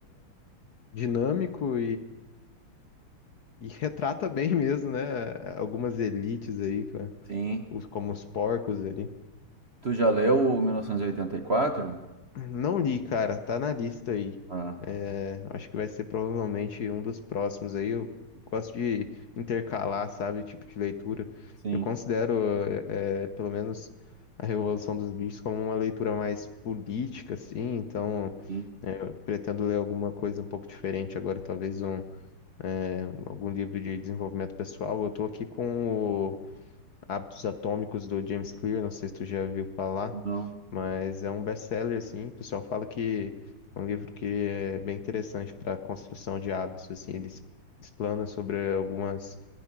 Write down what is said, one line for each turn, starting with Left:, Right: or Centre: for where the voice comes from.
Left: dinâmico E retrata bem mesmo, né? Algumas elites aí, cara.
Right: sim.
Left: Os- Como os porcos ali.
Right: Tu já leu o 1984?
Left: Não li, cara. Tá na lista aí.
Right: Ah.
Left: É, acho que vai ser provavelmente um dos próximos aí. Eu gosto de intercalar, sabe? Tipo de leitura.
Right: Sim,
Left: Eu considero, é, pelo menos, A Revolução dos Bichos como uma leitura mais política, assim. Então,
Right: sim.
Left: é, eu pretendo ler alguma coisa um pouco diferente agora. Talvez um, é, algum livro de desenvolvimento pessoal. Eu tô aqui com o. Hábitos Atômicos do James Clear, não sei se tu já viu falar,
Right: Não.
Left: mas é um best-seller assim, o pessoal fala que é um livro que é bem interessante para construção de hábitos assim, ele es- explana sobre algumas